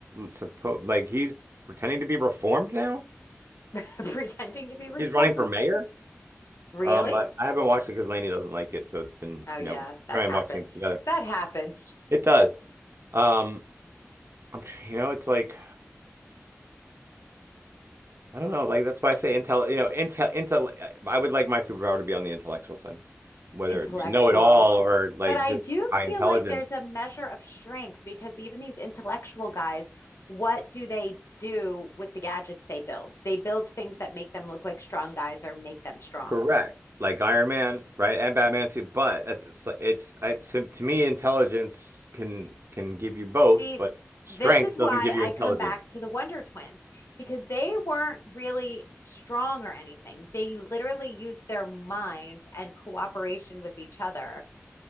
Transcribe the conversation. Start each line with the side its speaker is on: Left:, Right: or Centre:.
Right: supposed like he's pretending to be reformed now.
Left: <laughs> Pretending to be reformed.
Right: He's running for mayor.
Left: Really?
Right: Um, I, I haven't watched it because Lainey doesn't like it, so it's been
Left: Oh, yeah.
Right: you know
Left: That
Right: try
Left: happens.
Right: and watch things together.
Left: That happens.
Right: It does. Um, I'm, tr- you know, it's like I don't know, like that's why I say intel. You know, intel, intel. I would like my superpower to be on the intellectual side, whether
Left: Intellectual.
Right: it be know it all or like
Left: But I
Right: just
Left: do
Right: high
Left: feel
Right: intelligence.
Left: like there's a measure of strength because even these intellectual guys, what do they do with the gadgets they build? They build things that make them look like strong guys or make them strong.
Right: Correct. Like Iron Man, right? And Batman too. But at it's, it's to, me, intelligence can can give you both,
Left: See,
Right: but strength
Left: this is
Right: doesn't
Left: why
Right: give you
Left: I
Right: intelligence.
Left: come back to the Wonder Twins because they weren't really strong or anything. They literally used their minds and cooperation with each other